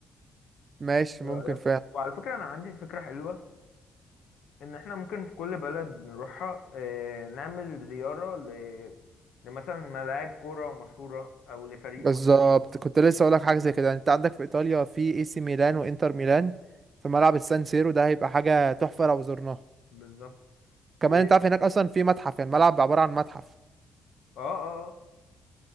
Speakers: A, on the right; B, on the left.
A: ماشي
B: ايه
A: ممكن
B: رايك
A: فعلا
B: وعلى فكره انا عندي فكره حلوه ان احنا ممكن في كل بلد نروحها آه، نعمل زياره ل لمثلا ملاعب كوره مشهوره او لفريق
A: بالظبط
B: مشهور
A: كنت لسه اقولك حاجة زي كده يعني انت عندك في ايطاليا في اي سي ميلان وانتر ميلان في ملعب السان سيرو ده هيبقى حاجة تحفة لو زرناه
B: بالظبط
A: كمان
B: و اه
A: انت عارف هناك اصلا في متحف يعني الملعب عبارة عن متحف
B: اه آه،